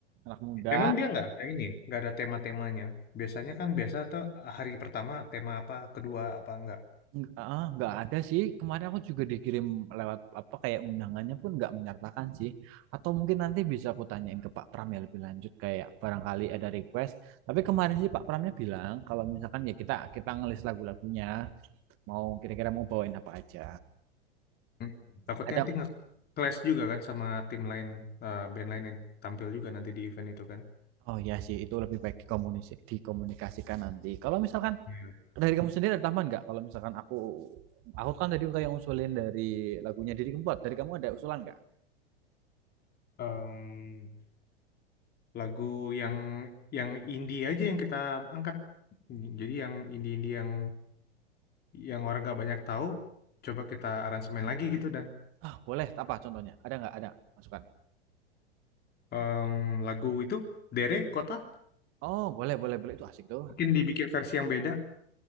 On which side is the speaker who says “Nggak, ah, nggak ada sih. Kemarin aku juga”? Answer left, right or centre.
Right